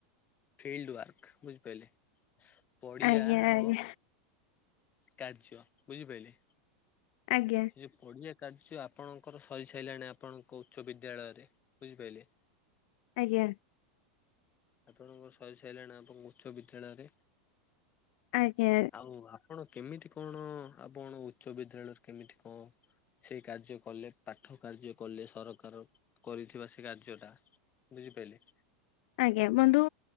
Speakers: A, on the left; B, on the left.
A: ଫିଲ୍ଡ ୱାର୍କ ବୁଝିପାରିଲେ ପଡ଼ିଆର
B: ଆଜ୍ଞା ଆଜ୍ଞା
A: କାର୍ଯ୍ୟ ବୁଝିପାରିଲେ?
B: ଆଜ୍ଞା।
A: ଯେଉଁ ପଡ଼ିଆ କାର୍ଯ୍ୟ ଆପଣଙ୍କର ସରିସାରିଲାଣି ଆପଣଙ୍କ ଉଚ୍ଚ ବିଦ୍ୟାଳୟରେ ବୁଝିପାରିଲେ
B: ଆଜ୍ଞା।
A: ଆପଣଙ୍କର ସରି ସାରିଲାଣି ଆପଣଙ୍କ ଉଚ୍ଚ ବିଦ୍ୟାଳୟରେ।
B: ଆଜ୍ଞା
A: ଆଉ ଅ ଆପଣ କେମିତି କଣ, ଆପଣ ଉଚ୍ଚ ବିଦ୍ୟାଳୟରେ କେମିତି କଣ ସେଇ କାର୍ଯ୍ୟ କଲେ। ପାଠ କାର୍ଯ୍ୟ କଲେ। ସରକାର କରିଥିବା ସେ କାର୍ଯ୍ୟଟା? ବୁଝିପାଇଲି
B: ଆଜ୍ଞା। ବନ୍ଧୁ